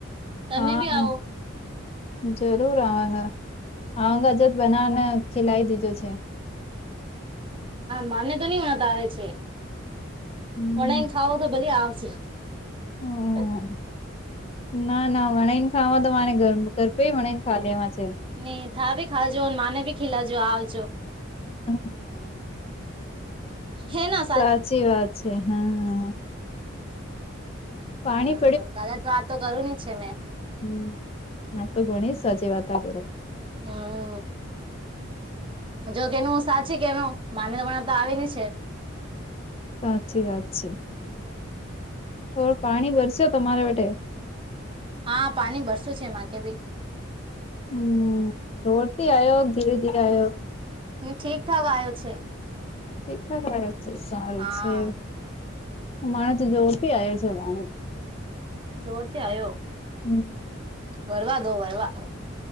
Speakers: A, on the right; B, on the left.
A: તમે
B: હા.
A: બી આવો
B: જરૂર આવાના આવાના જત બનાવને ખીલાઈ દીજો છે.
A: માને તો નહી વણતા આવે છે,
B: હમ
A: ઓન ખાવો તો ભલે આવજે. <unintelligible>
B: હમ ના, ના, વણ ને ખાવા તો મારે ગરપે વણ ને ખા લેવા છે.
A: નહીં, થા બી ખા જો મને ભી ખીલાા જો આજો.
B: હમ,
A: હે ના.
B: સાચી વાત છે. હા, હા. પાણી
A: હા, ગલત વાત કરું છે ને.
B: હમ, આપ તો ઘણી સાચી વાત કરો.
A: હમ. જો કેનું હું સાચી કેનો માન્યતાણા તો આવી છે.
B: સાચી વાત છે. તો પાણી ભરસો તમારા માટે.
A: હા, પાણી વરસે છે, એમાં કે ભાઈ.
B: હમ, જોરથી આયો કે ધીરે ધીરે આયો?
A: ઠીકઠાક આવ્યો છે.
B: ઠીક ઠાક રહેે છે, સારું
A: હા
B: છે. મારે તો જોરતી આવે છે પાણી.
A: જોરથી આવ્યો,
B: હમ્મ
A: વરવા દો વરવા.